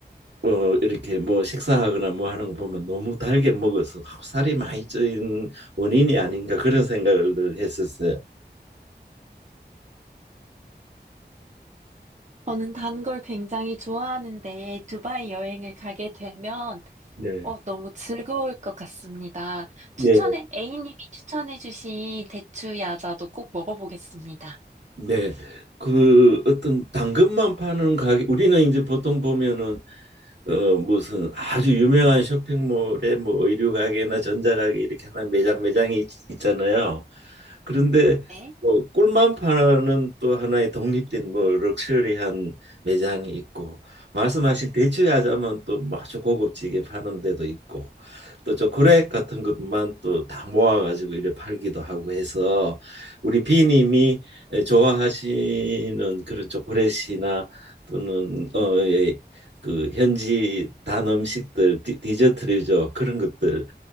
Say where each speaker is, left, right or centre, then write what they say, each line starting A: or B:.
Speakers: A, on the right; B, on the right.
A: 어 이렇게 뭐 식사하거나 뭐 하는 거 보면 너무 달게 먹어서 살이 많이 쪄인 원인이 아닌가 그런 생각을 늘 했었어요.
B: 저는 단 걸 굉장히 좋아하는데 두바이 여행을 가게 되면
A: 네.
B: 어, 너무 즐거울 것 같습니다. 추천해,
A: 예.
B: A님이 추천해주신 대추 야자도 꼭 먹어보겠습니다.
A: 네. 그 어떤 당근만 파는 가게 우리는 이제 보통 보면은 어 무슨 아주 유명한 쇼핑몰에 뭐 의류 가게나 전자 가게 이렇게 하나 매장 매장이 있, 있잖아요. 그런데
B: 네.
A: 뭐 꿀만 파는 또 하나의 독립된 뭐 럭셔리한 매장이 있고 말씀하신 대추야자만 또 뭐 아주 고급지게 파는 데도 있고 또 초콜릿 같은 것만 또 다 모아가지고 이래 팔기도 하고 해서 우리 비님이 좋아하시는 그런 초콜릿이나 또는 어, 예, 그 현지 단 음식들 디, 디저트류죠 그런 것들